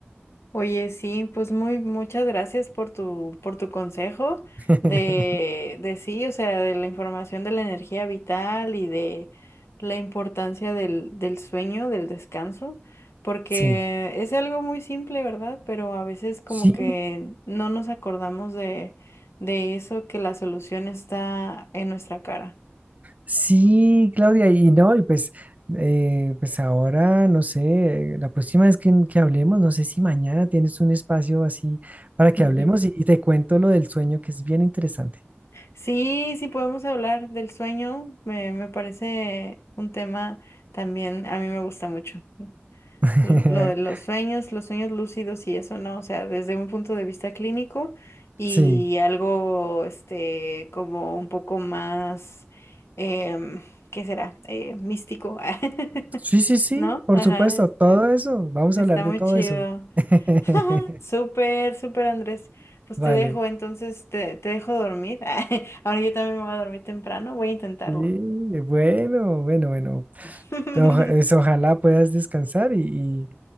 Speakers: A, on the left (about 85°); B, on the right (about 35°).
A: Oye, sí, pues muy, muchas gracias por tu, por tu consejo
B: <laughs>
A: de, de sí, o sea, de la información de la energía vital y de la importancia del, del sueño, del descanso, porque
B: Sí.
A: es algo muy simple, ¿verdad? Pero a veces como
B: Sí,
A: que no nos acordamos de, de eso, que la solución está en nuestra cara.
B: sí, Claudia, y no, y pues, eh, pues ahora, no sé, eh, la próxima vez que, que hablemos, no sé si mañana tienes un espacio así para
A: <laughs>
B: que hablemos y, y te cuento lo del sueño, que es bien interesante.
A: Sí, sí podemos hablar del sueño, me, me parece un tema también, a mí me gusta mucho.
B: <laughs>
A: l- lo de los sueños, los sueños lúcidos y eso, ¿no? O sea, desde un punto de vista clínico y
B: Sí,
A: algo, este, como un poco más, em, ¿qué será? Eh, místico, <laughs>
B: sí, sí, sí,
A: ¿no?
B: por
A: Ajá,
B: supuesto,
A: eh,
B: todo eso, vamos
A: está
B: a hablar de
A: muy
B: todo
A: chido.
B: eso. <laughs>
A: <laughs> Súper, súper, Andrés. Pues
B: Vale.
A: te dejo, entonces te, te dejo dormir. <laughs> Ahora yo también me voy a dormir temprano, voy a intentarlo.
B: Sí, bueno, bueno, bueno.
A: <laughs>
B: Oja- es- ojalá puedas descansar y,